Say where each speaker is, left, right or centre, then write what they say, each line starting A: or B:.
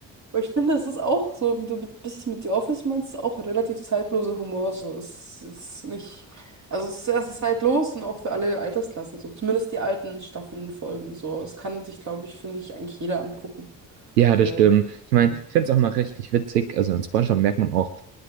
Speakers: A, on the right; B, on the right.
A: Aber ich finde, es ist auch so, wie du mit, bist mit The Office meinst, auch relativ zeitloser Humor. So, es ist nicht. Also, es ist erstens zeitlos und auch für alle Altersklassen. So, zumindest die alten Staffeln folgen. So, es kann sich, glaube ich, finde ich, eigentlich jeder angucken.
B: Ja,
A: So,
B: das stimmt. Ich meine, ich finde es auch mal richtig witzig. Also in SpongeBob merkt man auch,